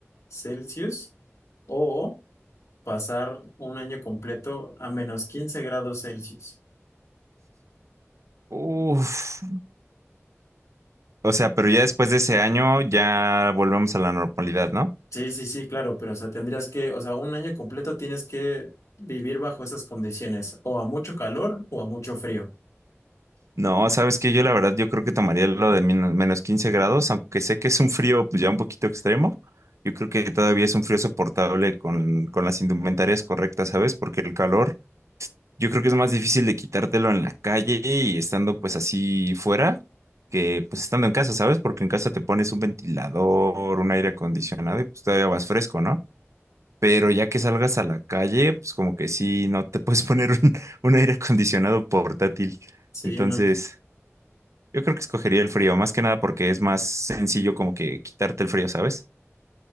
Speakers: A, on the left (about 80°); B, on the right (about 80°).
A: Celsius o pasar un año completo a menos 15 grados Celsius.
B: Uf. O sea, pero ya después de ese año ya volvemos a la normalidad, ¿no?
A: Sí, sí, sí, claro, pero o sea, tendrías que, o sea, un año completo tienes que vivir bajo esas condiciones, o a mucho calor o a mucho frío.
B: No, sabes que yo la verdad yo creo que tomaría lo de min- menos 15 grados, aunque sé que es un frío pues ya un poquito extremo. Yo creo que todavía es un frío soportable con, con las indumentarias correctas, ¿sabes? Porque el calor Yo creo que es más difícil de quitártelo en la calle y estando pues así fuera que pues estando en casa, ¿sabes? Porque en casa te pones un ventilador, un aire acondicionado y pues todavía vas fresco, ¿no? Pero ya que salgas a la calle, pues como que sí, no te puedes <laughs> poner un, un aire acondicionado portátil.
A: Sí,
B: Entonces,
A: ¿no?
B: yo creo que escogería el frío, más que nada porque es más sencillo como que quitarte el frío, ¿sabes?